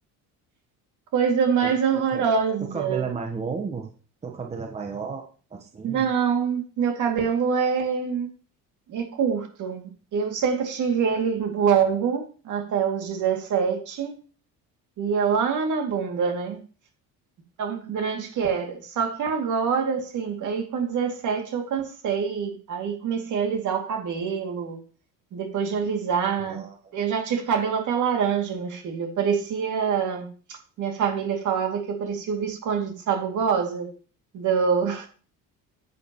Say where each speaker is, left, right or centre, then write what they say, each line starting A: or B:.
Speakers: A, on the right (about 55°); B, on the right (about 20°).
A: Coisa mais
B: eu não
A: horrorosa.
B: sei se é. Teu cabelo é mais longo? Teu cabelo é maior? Assim?
A: Não, meu cabelo é, é curto. Eu sempre tive ele longo até os dezessete e é lá na bunda, né? tão grande que era. Só que agora, assim, aí com 17 eu cansei, aí comecei a alisar o cabelo, depois de alisar,
B: Ah.
A: eu já tive cabelo até laranja, meu filho. Eu parecia, minha família falava que eu parecia o Visconde de Sabugosa, do,